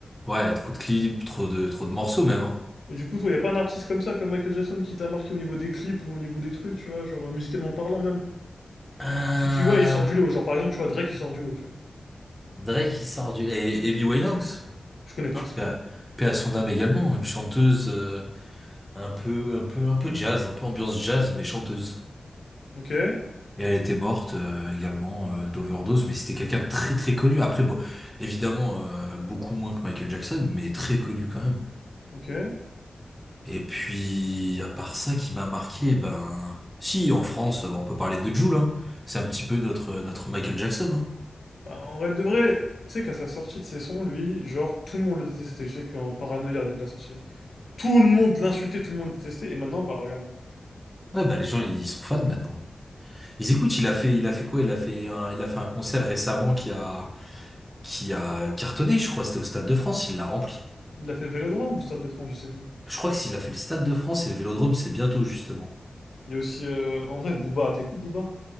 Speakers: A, in the centre; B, on the left (about 70°).
A: Ouais, trop de clips, trop de trop de morceaux même. Hein.
B: Et du coup, toi, il a pas un artiste comme ça, comme Michael Jackson, qui t'a marqué au niveau des clips ou au niveau des trucs, tu vois, genre euh, musicalement parlant même.
A: Euh,
B: Tu te dis, ouais, il sort du lot. Genre, par exemple, tu vois, Drake, il sort du lot, tu vois.
A: Drake qui sort du... Et Amy Winehouse.
B: Je connais pas, c'est
A: Paix
B: qui?
A: à, paix à son âme également. Une chanteuse euh, un peu, un peu, un peu jazz, un peu ambiance jazz, mais chanteuse.
B: Ok,
A: Et elle était morte euh, également euh, d'overdose, mais c'était quelqu'un de très très connu. Après, bon, évidemment, euh, beaucoup moins que Michael Jackson, mais très connu quand même.
B: ok.
A: Et puis, à part ça qui m'a marqué, ben... Si, en France, ben on peut parler de Jul, hein. C'est un petit peu notre, notre Michael Jackson, hein.
B: Bah, en vrai de vrai, tu sais, qu'à sa sortie de ses sons, lui, genre, tout le monde le détestait. Je sais qu'en paranoïa il a sorti. Tout le monde l'insultait, tout le monde le détestait. Et maintenant, bah, regarde.
A: Ouais, bah les gens, ils sont fans maintenant. Ils écoutent, il a fait, il a fait quoi? Il a fait un, il a fait un concert récemment qui a, qui a cartonné, je crois. C'était au Stade de France, il l'a rempli.
B: Il a fait le Vélodrome ou Stade de France, je sais plus.
A: Je crois que s'il a fait le Stade de France et le Vélodrome, c'est bientôt, justement.
B: Il y a aussi, euh, en vrai, Booba. T'écoutes Booba?